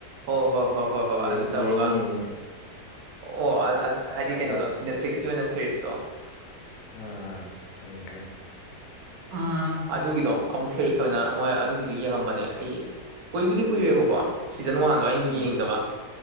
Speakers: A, on the right; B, on the left.
A: ꯍꯣ ꯍꯣ ꯍꯣ ꯍꯣ ꯍꯣ
B: ꯌꯦꯡꯉꯤ
A: ꯑꯗꯨ ꯇꯧꯔꯒ
B: ꯌꯦꯡꯉꯦ
A: ꯑꯣ ꯑꯣ ꯍꯥꯏꯗꯤ ꯀꯩꯅꯣꯗꯣ
B: ꯋꯥꯠꯁ
A: ꯅꯦꯠꯐ꯭ꯂꯤꯛꯁꯀꯤ ꯑꯣꯏꯅ ꯁꯦꯔꯤꯁꯇꯣ
B: ꯑꯥ ꯑꯥ ꯌꯦꯡꯈ꯭ꯔꯦ
A: ꯎꯝ ꯑꯗꯨꯒꯤꯗꯣ ꯑꯃꯨꯛ ꯁꯦꯔꯤꯌꯁ ꯑꯣꯏꯅ ꯃꯣꯏ ꯑꯗꯨꯒꯤꯗꯣ ꯌꯦꯡꯉꯝꯕꯅꯦ ꯑꯩ ꯀꯨꯏꯕꯨꯗꯤ ꯀꯨꯏꯔꯦꯕꯀꯣ ꯁꯤꯖꯟ ꯋꯥꯟꯗꯣ ꯑꯩꯅ
B: ꯎꯝ
A: ꯌꯦꯡꯗꯕ